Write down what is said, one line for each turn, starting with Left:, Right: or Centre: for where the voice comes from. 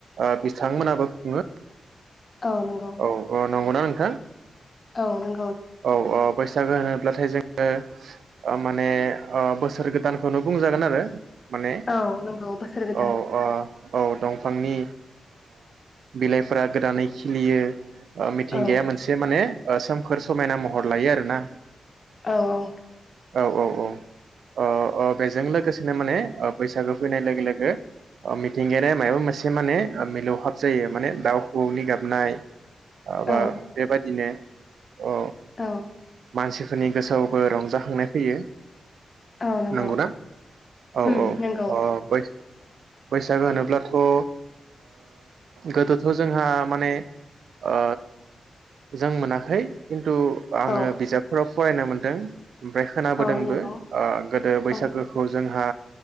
Right: ओ बिथांमोनाबो खुङो।
Left: औ नंगौ
Right: औ औ नंगौना नोंथां?
Left: औ नों
Right: औ औ। बैसागो होनोब्लाथाय जोङो माने ओ बोसोर गोदानखौनो बुंजागोन आरो माने
Left: औ नंगौ बोसोर गोदान
Right: औ ओ औ दंफांनि बिलाइफोरा गोदानै खिलियो ओ मिथिंगाया
Left: औ
Right: मोनसे माने ओ सोमखोर समायना महर लायो आरोना
Left: औ औ।
Right: औ औ औ ओ बेजों लोगोसेनो माने बैसागो फैनाय लोगो लोगो मिथिंगायाया माबाबा मोनसे माने मिलौहाब जायो माने दाउ हवौनि गाबनाय ओबा
Left: औ
Right: बेबायदिनो औ
Left: औ
Right: मानसि फोरनि गोसोआवबो रंजाखांनाय फैयो
Left: औ नंगौ
Right: नंगौनाा औ
Left: उम नंगौ
Right: औ बै बैसागो होनोब्लाथ' ओ गोदोथ' जोंहा माने ओ जों मोनाखै दं आङो
Left: औ
Right: बिजाबफोराव फरायनो मोनदों ओमफ्राय खोनाबोदोंबो
Left: औ नंगौ
Right: ओ गोदो बैसागोखौ
Left: औ
Right: जोंहा